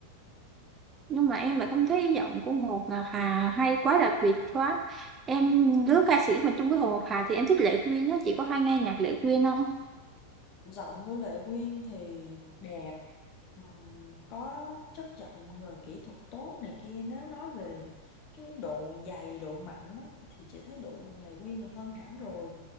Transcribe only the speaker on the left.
giọng của Lệ Quyên thì đẹp ừm, có chất giọng rồi kỹ thuật tốt này kia nếu nói về cái độ dày độ mạnh á, thì chị thấy độ Lệ Quyên là hơn hẳn rồi